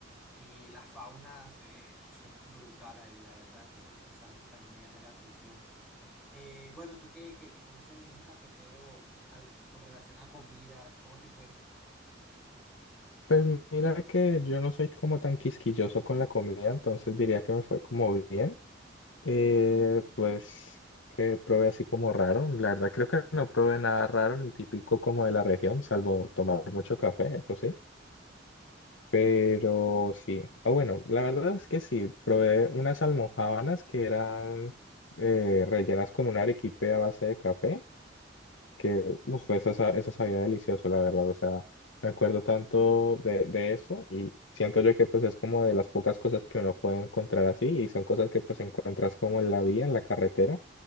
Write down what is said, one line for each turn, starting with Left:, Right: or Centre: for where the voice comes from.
Centre: Y la fauna se, se brutal ahí, la verdad. Entonces, quizás eso también me llame la atención. Eh, bueno, tú que, que que conoces el eje cafetero al- con relación a comidas, ¿cómo te fue?
Left: Pues mira que yo no soy como tan quisquilloso con la comida, entonces diría que me fue como bien. Eh, pues que probé así como raro. La verdad creo que no probé nada raro ni típico como de la región, salvo tomar mucho café, eso sí. Pero sí. Ah, bueno, la verdad es que sí, probé unas almojábanas que eran eh, rellenas con un arequipe a base de café que uf, eso, sa- eso sabía delicioso, la verdad. O sea, me acuerdo tanto de, de eso y siento yo que pues es como de las pocas cosas que uno puede encontrar así y son cosas que pues encuentras como en la vía, en la carretera,